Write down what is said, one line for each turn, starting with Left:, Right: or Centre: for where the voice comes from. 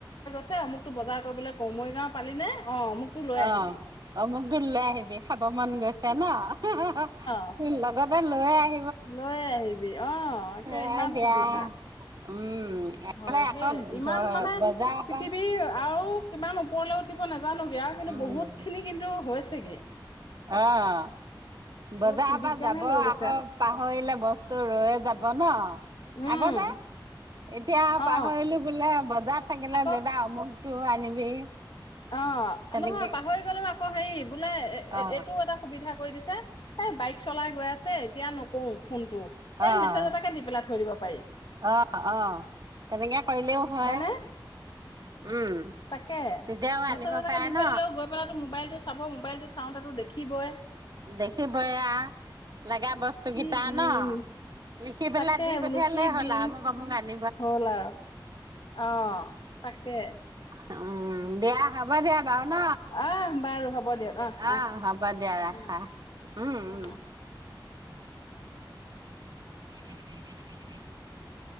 Left: আছে অমুকতো বজাৰ কৰিবলৈ কওঁ, মৰিগাঁও পালি নে? অ অমুকতো লৈ
Right: অ',
Left: আহিবি
Right: অমুক ঢোল লৈ আহিবি খাব মন গৈছে ন? <unintelligible>
Left: অ
Right: লগতে লৈ আহি
Left: লৈ আহিবি। অ'
Right: নহয়
Left: কে ইমান
Right: দিয়া
Left: সুবিধা।
Right: উম
Left: হয়
Right: আকৌ
Left: সেই, ইমান
Right: ঘ
Left: মানে
Right: বজাৰৰ
Left: পৃথিৱীৰ
Right: পৰা
Left: আৰু কিমান ওপৰলৈ উঠিব নাজা জানোগে আৰু কিন্তু
Right: উম,
Left: বহুতখিনি কিন্তু হৈছে <unintelligible>
Right: অ'। বজাৰৰ
Left: খিনি
Right: পৰা
Left: বিজ্ঞানে
Right: যাব
Left: লৈ
Right: আকৌ
Left: গৈছে
Right: পাহৰিলে বস্তু ৰৈয়ে যাব ন?
Left: উম
Right: আগতে, এতিয়া
Left: অ
Right: পাহৰিলো বোলে বজাৰত থাকিলে,
Left: আকৌ
Right: দাদা অমুক টো আনিবি।
Left: অ'
Right: তেনেকে
Left: নহয় পাহৰি গ'লেও আকৌ হেৰি বোলে
Right: অ,
Left: এইটো এটা সুবিধা। কৈ দিছে, এ বাইক চলাই গৈ আছে এতিয়া নকওঁ। ফোনটো এই
Right: অ'।
Left: মেছেজ এটাকে দি পেলাই থৈ দিব পাৰি
Right: অ' অ'। তেনেকে কৰিলেও হয়।
Left: হয়নে
Right: উম,
Left: তাকে।
Right: তেতিয়াও
Left: মেছেজ
Right: আনিব
Left: এটাকে
Right: পাৰে
Left: দি থৈ
Right: ন।
Left: দিলে গৈ পালে ত মোবাইল। চাব, মোবাইলটো চাওঁতেতো দেখিবই ।
Right: দেখিবই আও। লাগে বস্তুগিটা
Left: কি দিন
Right: ন? লিখি পেলাই
Left: তাকে
Right: দি পঠিয়ালেই
Left: বোলো কি
Right: হ'ল
Left: দিন
Right: আৰু মই কম মোক আনি দিব।
Left: হ'ল আৰু। অ' তাকে।
Right: <unintelligible> উম দেয়া হ'ব দেয়া বাৰু ন?
Left: আহ বাৰু হ'ব দিয়ক আহ
Right: অ
Left: আহ
Right: হব দিয়া ৰাখা
Left: আহ
Right: ওম ওম।
Left: আহ
Right: বিধ, বিধ, বিধ, বিধ। <inaudible>